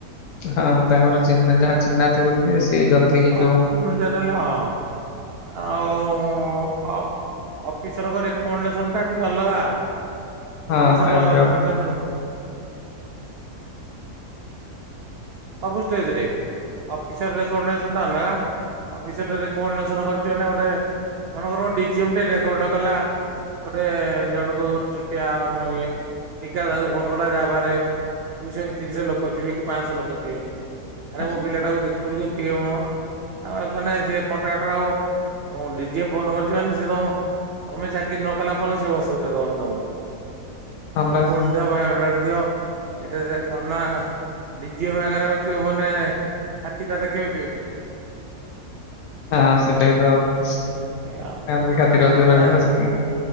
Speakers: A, on the left; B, on the right.
A: ହଁ ତାଙ୍କର ଚିହ୍ନା ଯହା ଚିହ୍ନା ଥିବ ଟିକେ ସିଏ ଜଲଦି ହେଇଯିବ।
B: ଅପ୍ ନିଜର ହେଲେ ହଁ ଆଉ ଅ, ଅଫିସର୍ ଙ୍କ ରେକମେଣ୍ଡେସନ୍ ଟା ଟିକେ ଅଲଗା।
A: ହଁ
B: ଅଫିସର୍
A: ତାଙ୍କ ଜବ୍
B: ରେକଣ୍ଡେ
A: ହଁ
B: ସବୁ ଷ୍ଟେଜ୍ ରେ। ଅଫିସର୍ ରେକମଣ୍ଡେସନ୍ ଟା ଅଲଗା। ଅଫିସର୍ ରେକମଣ୍ଡେସନ୍ କରିଚି ମାନେ ଗୋଟେ ମନେ କର ଡିଜିଏମ୍ ଟେ ରେକର୍ଡ ନ କଲା। ଗୋଟେ ଜଣୁକୁ ଛୋଟିଆ ନ-ଇଏ ଠିକାଦାରକୁ ଫୋନ୍ କଲା ଯା ପାଖରେ ଦୁଇଶହ କି ତିନିଶହ ଲୋକ ଥିବେ, କି ପାଁଶହ ଲୋକ ଥିବେ, ଆରେ ମୋ
A: ହଁ
B: ପିଲାଟାକୁ ଦେଖିବୁ ଯେ ଇଏ ମୋ ଆ, ମାନେ ସିଏ କଣ୍ଟାଟର୍ ହବ। ହଁ ଡିଜିଏ ଫୋନ୍ କରିଛି ମାନେ ସିଏ ତୋମ ତୋମେ ଚାକିରି ନ କଲା ପର୍ଯ୍ଯନ୍ତ, ସିଏ ବସେଇ ଉଠେଇ ଦବନି ତୋମକୁ।
A: ବା।
B: ଡକ୍ୟୁମେଣ୍ଟ ଦିଅ, ବାୟୋଡାଟା ଟେ ଦିଅ। ଏଠି ସେ କଣ ନା ଡିଜି ପାଖରେ ବସିବୁ ମାନେ ହାତୀଟା ଦେଖ କେବେ କେଉଟି?
A: ହଁ ସେଟା ବି ତ <unintelligible>
B: ଏଇଆ
A: ଅଧିକ
B: ଯା
A: ରହିବ ନା ସେଥିପାଇଁ।